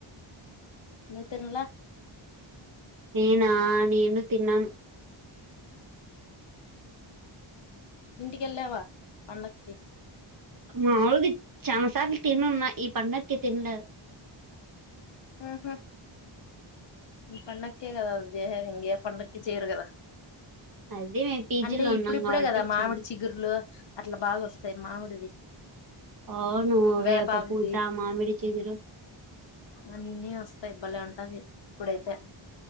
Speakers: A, on the left; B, on the right.
A: నువ్వు తిన్లా
B: నేనా నేను తిన్నాను
A: ఇంటికెళ్ళావా పండక్కి
B: మాములుగ్ చానాసార్లు తినున్న ఈ పండక్కి తిండ
A: ఆహ ఇ పండక్కే గదది చేహేది ఇంగే పండక్కి చేయరు కదా
B: అదే మేము పీజీలో
A: అంటే
B: ఉన్నాం
A: ఇప్పుడుప్పుడే
B: కాబట్టి
A: గదా మామిడి
B: చేయను
A: చిగుర్లు అట్ల బాగొస్తాయి మామిడివి
B: అవును
A: వేపాకుది
B: వేప పూత మామిడి చిగురు
A: అన్నీ వస్తాయి బలే ఉంటాది ఇప్పుడైతే